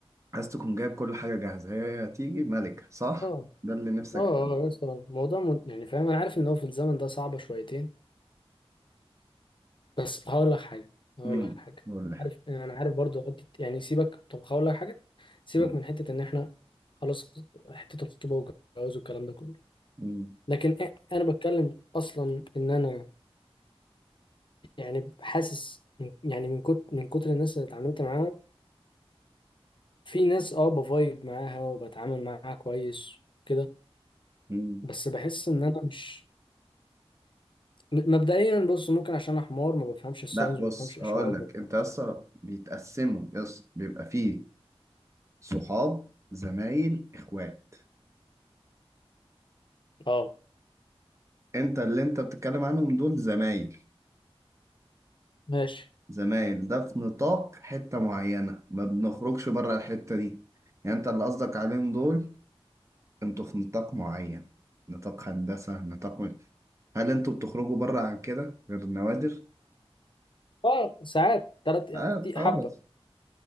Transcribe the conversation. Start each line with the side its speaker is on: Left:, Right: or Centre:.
Right: عايز تكون جايب كل حاجة جاهزة هي هتيجي ملكة صح؟
Left: اه
Right: ده اللي نفسك
Left: اه
Right: فيه
Left: اه يا اسطى الموضوع من... يعني فاهم انا عارف ان هو في الزمن ده صعبه شويتين بس هقول لك حاجه هقول
Right: امم
Left: لك حاجه
Right: قول لي حاجة
Left: عارف انا عارف برضو حته يعني سيبك طب هقول لك حاجه سيبك
Right: مم.
Left: من حته ان احنا خلاص حته الخطوبه والجواز والكلام ده كله
Right: مم.
Left: لكن إ- انا بتكلم اصلا ان انا يعني حاسس من- يعني من كتر من كتر الناس اللي اتعاملت معاها في ناس اه بفايب معاها وبتعامل معاها كويس كده
Right: مم.
Left: بس بحس ان انا مش م- مبدئيا بص ممكن عشان انا حمار ما بفهمش الساينز
Right: لا بص
Left: ما بفهمش اشارات
Right: هقول لك
Left: ما...
Right: انت اصلا بيتقسموا يس بيبقى فيه صحاب زمايل اخوات
Left: اه
Right: انت اللي انت بتتكلم عنهم دول زمايل
Left: ماشي
Right: زمايل ده في نطاق حتة معينة ما بنخرجش بره الحتة دي يعني انت اللي قصدك عليهم دول انتوا في نطاق معين نطاق هندسة نطاق هل انتوا بتخرجوا بره عن كده غير النوادر؟
Left: اه ساعات ثلاث
Right: اه اه
Left: حبه
Right: بس